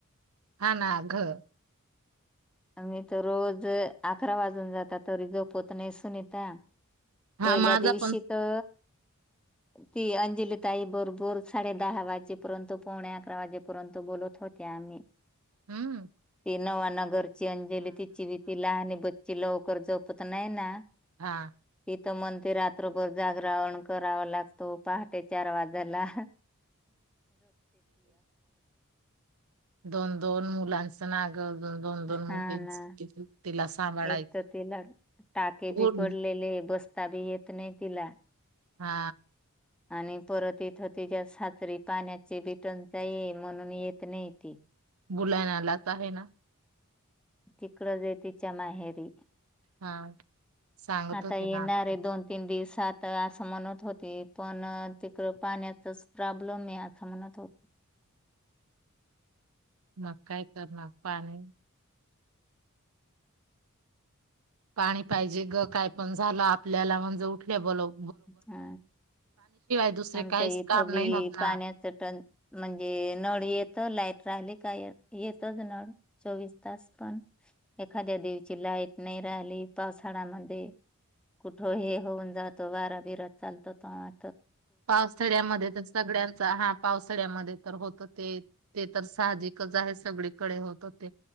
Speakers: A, on the right; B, in the centre.
A: हा ना घ.
B: आम्ही तर रोज अकरा वाजून जातात तरी नाही सुनीता.
A: हा
B: पहिल्या
A: माझा
B: दिवशी
A: पण
B: त ती अंजलतााई बरोबर साडे दहा वाजेपर्यंत पोणे अकरा वाजेपर्यंत बोलत होते आम्ही
A: हम्.
B: नवा नगर ची अंजली तिची ती लहान ब कि लवकर झोपत नाही ना.
A: हा.
B: तिथ मण ते रात्रभर जागरवण करावा लागतो पहाटे चार वाजेला
A: दोन दोन मुलां ना. दोन दोन मु
B: हा ना
A: तिला सांभाळायचं.
B: एक तर तिला टाके
A: बोल
B: बी पडलेले बसता बी येत नाही तिला
A: हा.
B: आणि परत इथं तिच्या साासरी पाण्याची बिटण जाई म्हणून येत नाही ती
A: बुलायन आलाच आहे ना.
B: तिकडं ज तिच्या माहेरी
A: हा सांगत
B: आता
A: होते
B: येणारे
A: ना आता
B: दोन तीन दिवस आता असं म्हणत होते. पण तिकडं पाण्याचाच प्रॉब्लेम आहे आता मनात हो.
A: मग काय करणार पाणी पाणी पाहिजे ग काय पण झालं आपल्याला म्हणजे उठल्या बोलव.
B: हा
A: दुसरे
B: आमच
A: काहीच
B: इथं
A: काम
B: बी
A: नाही होत ना
B: पाण्याच टन म्हणजे नळी येत लाय. राहिले काय येतच नळ चोवीस तास पण एखाद्या दिवची लाईट नाही राहिली पावसाळ्यामध्ये कुठे हे होऊन जात. तो वारा बरा चालतो ह.
A: पावसाळ्यामध्ये तर सगळ्यांचा हा पावसाळ्यामध्ये तर होत ते ते तर साहजिकच आहे सगळीकडे होत होते.